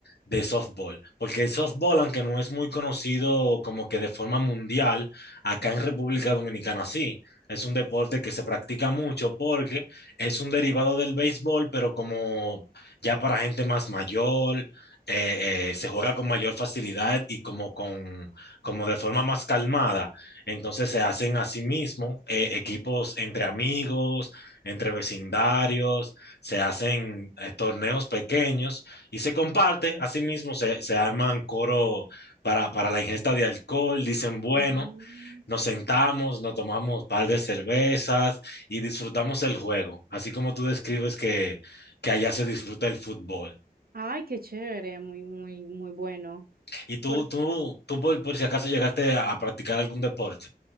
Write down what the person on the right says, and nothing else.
Mm.
Ay, qué chévere, muy, muy, muy bueno.
Por,